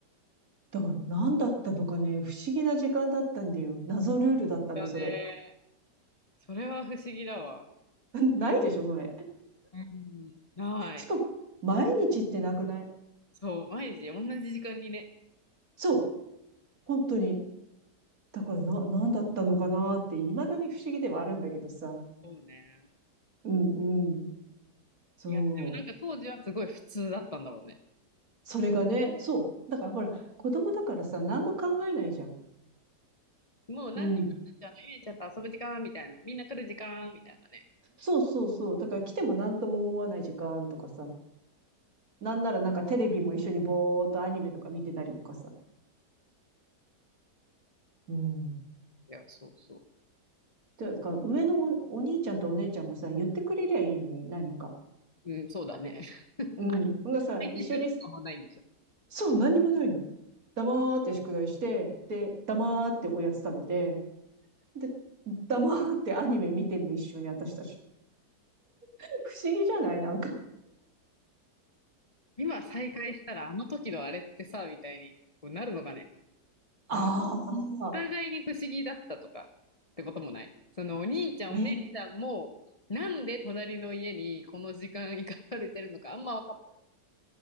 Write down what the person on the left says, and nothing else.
だね。
それは不思議だわ。
うん。ない。
そう、毎日同じ時間にね。
そうね。
いや、でもなんか当時はすごい普通だったんだろうね。
もう何時から何時あの、
ゆちゃんと遊ぶ時間みたいな、みんな来る時間みたいなね。
いや、そうそ
う。うん、そうだね。<laughs>
再開するとかもないんでしょ。
今再開したらあの時のあれってさ、みたいにこうなるのかね。
なんかお互いに不思議だったとかってこともない。そのお兄ちゃんお姉ちゃんも、
なんで隣の家にこの時間行かされてるのかあんま分かっ